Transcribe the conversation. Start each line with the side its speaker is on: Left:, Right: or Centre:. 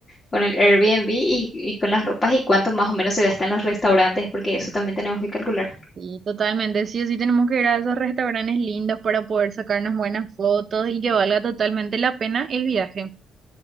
Left: con el Airbnb y, y con las ropas y cuánto más o menos se gasta en los restaurantes, porque eso también tenemos que calcular.
Right: Sí, totalmente, sí o sí tenemos que ir a esos restaurantes lindos para poder sacarnos buenas fotos y que valga totalmente la pena el viaje.